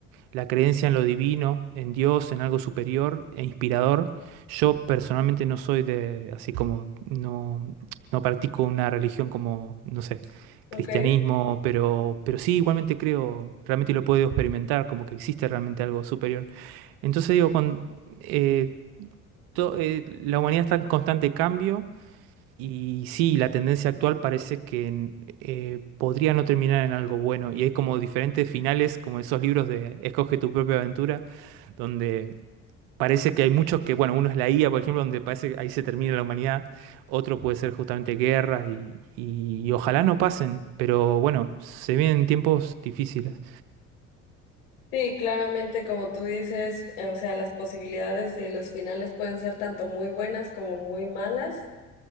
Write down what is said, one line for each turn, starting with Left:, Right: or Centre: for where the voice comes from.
Right: la creencia en lo divino, en Dios, en algo superior e inspirador. Yo personalmente no soy de, así como, no, no practico una religión como, no sé,
Left: Ok.
Right: cristianismo, pero, pero sí, igualmente creo, realmente lo puedo experimentar, como que existe realmente algo superior. Entonces digo, con, eh, to- eh, la humanidad está en constante cambio y sí, la tendencia actual parece que eh, podría no terminar en algo bueno. Y hay como diferentes finales, como esos libros de Escoge tu propia aventura, donde parece que hay muchos que, bueno, uno es la IA, por ejemplo, donde parece que ahí se termina la humanidad. Otro puede ser justamente guerras y, y- y ojalá no pasen. Pero bueno, se vienen tiempos difíciles.
Left: Sí, claramente, como tú dices, eh, o sea, las posibilidades de los finales pueden ser tanto muy buenas como muy malas,